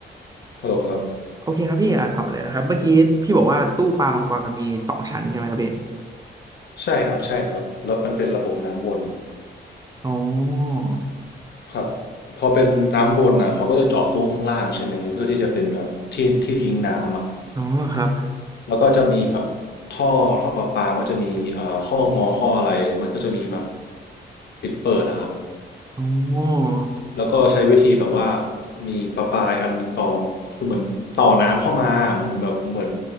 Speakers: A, on the left; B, on the right.
A: ฮัลโหลครับ
B: โอเคครับพี่อ่ะต่อเลยนะครับเมื่อกี้พี่บอกว่าตู้ปลามังกรมันมีสองชั้นใช่ไหมครับพี่
A: ใช่ครับใช่ครับแล้วมันเป็นระบบน้ำวน
B: อ๋อ
A: ครับพอเป็นน้ำวนอ่ะเขาก็จะเจาะตู้ข้างล่างใช่ไหมเพื่อที่จะเป็นแบบที่ที่ทิ้งน้ำอ่ะ
B: อ๋อครับ
A: แล้วก็จะมีแบบท่อท่อประปามันก็จะมีอ่าข้องอข้ออะไรแล้วมันก็จะมีแบบปิดเปิดนะครับ
B: อ๋อ
A: แล้วก็ใช้วิธีแบบว่ามีประปายอันหนึ่งตอนคือเหมือนต่อน้ำเข้ามาเหมือนแบบเหมือน